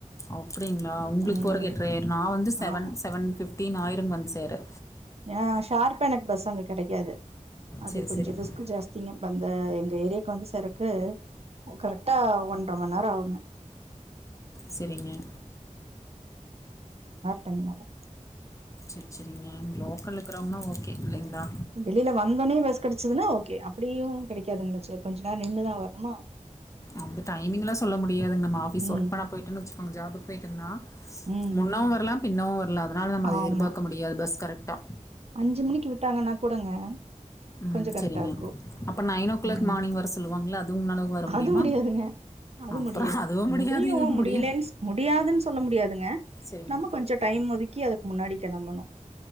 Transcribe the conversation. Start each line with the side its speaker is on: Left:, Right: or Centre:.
Left: அப்டிங்ளா ஒங்ளுக்கு
Right: ம்
Left: போறதுக்கு எட்ரையாயிரு நா வந்து செவன்
Right: ஆமா
Left: செவன் டின் ஆயிரு வந்து சேர
Right: ஏ ஷார்ப எனக்கு பஸ் அங்க கெடைக்காது அது
Left: சரி,
Right: கொஞ்சோ
Left: சரிங்க.
Right: ரிஸ்க்கு ஜாஸ்திங்க வந்த ஏரியாக்கு வந்து சேரக்கு கரெட்டா ஒன்றர மண் நேரோ ஆகுங்க
Left: செரிங்க
Right: டைமாகு
Left: செரி செரிங்க லோக்கல்ல இருக்குறவங்னா ஓகே இல்லைங்களா?
Right: வெளில வந்தோனே பஸ் கெடச்சதுன்னா ஓகே அப்டியு கெடைக்காதுங் கொஞ்சோ நேரோ நின்னுதா வரனுமா
Left: அந்த டைமிங்லா சொல்ல முடியாதுங்க நம்ப ஆபீஸ்
Right: ம்
Left: ஒர்க் பண்ண பொயிட்டோன்னு வச்சுக்கோங்க ஜாபுக்கு பொயிட்டோம்ன்னா
Right: ம்
Left: <unintelligible> இன்னோ ஒர்க் அதனால நம்ப அத
Right: ஆமா
Left: எதிர்பாக்க முடியாது பஸ் கரெ ட்டா
Right: அஞ்சு மணிக்கு விட்டாங்கனா கூடங்க
Left: ம்.
Right: கொஞ்சோ கரெக்டா
Left: சரிங்க.
Right: இருக்கு
Left: அப்ப
Right: ம்
Left: மார்னிங் வர சொல்லுவாங்கல்ல. அது உங்களால வர முடியுமா?
Right: அது முடியாதுங்க அது
Left: அப்புறம்
Right: முடியாது
Left: அதுவும் முடியாது,
Right: முடியு
Left: இதுவும்
Right: முடியலேன்னு
Left: முடியாது.
Right: முடியாதுன்னு சொல்ல முடியாதுங்க
Left: சரிங்க.
Right: நம்ப கொஞ்சோ டைம் ஒதுக்கி அதுக்கு முன்னாடி கெளம்பனு